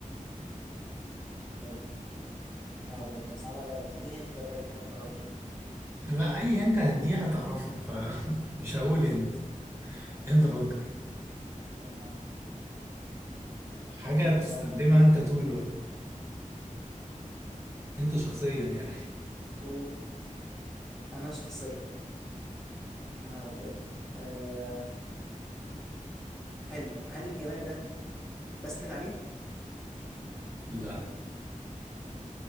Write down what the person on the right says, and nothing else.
لا اي انت هديه هتعرفه فمش <laughs> هقول انت انت فكر
حاجه بتستخدمها
انت طول الوقت انت شخصيا يعني
لا